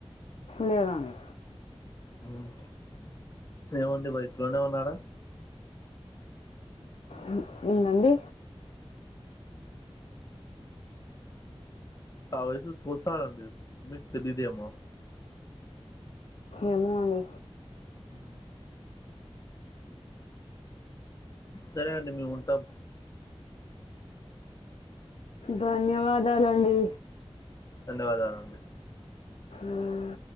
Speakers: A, on the left (about 75°); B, on the left (about 30°).
A: లేదండి
B: అవును ఏమండి వయసులోనే ఉన్నాడా
A: ఉ ఎందండీ
B: ఆ వయసు చూస్తారండీ మీక్ తెలీదు ఏమో
A: ఏమో అండి
B: ఉ సరే అండి మేము ఉంటాం
A: ధన్యవాదాలండి
B: ధన్యవాదాలు అండి
A: ఉమ్.